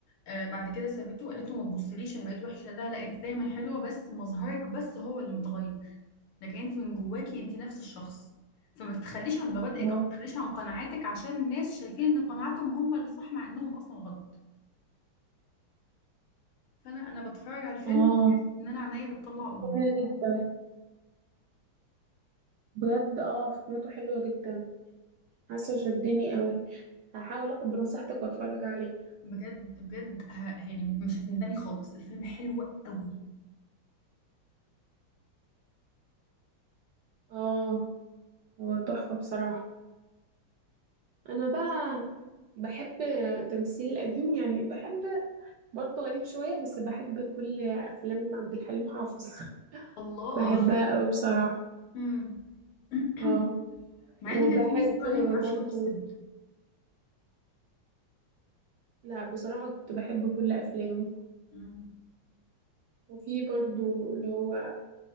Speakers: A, on the left; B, on the right.
A: آه بعد كده سابته وقالت له ما تبصليش انا بقيت وحشة لا لا انت دايما حلوة بس مظهرك بس هو اللي متغير لكن انت من جواكي انت نفس الشخص فما تتخليش عن مبادئك
B: اه
A: او ما تتخليش عن قناعاتك عشان الناس شايفين ان قناعاتهم هم اللي صح مع انهم اصلا غلط فانا انا بتفرج على الفيلم
B: اه
A: بحس ان انا عينيا بتطلع قلوب
B: جميلة جدا بجد اه فكرته حلوة جدا حاسة شدني قوي هحاول اخد بنصيحتك واتفرج عليه
A: بجد بجد ه... يعني مش هتندمي خالص الفيلم حلو قوي
B: اه هو تحفة بصراحة انا بقى بحب تمثيل القديم يعني بحب برضه غريب شوية بس بحب كل افلام عبد الحليم حافظ <laughs>
A: الله
B: بحبها قوي بصراحة
A: امم <clears throat>
B: اه
A: مع
B: وبحب
A: ان كان في ناس بتقول عليه ما بيعرفش
B: برضه
A: يمثل
B: لا بصراحة كنت بحب كل افلامه
A: امم
B: وفي برضه اللي هو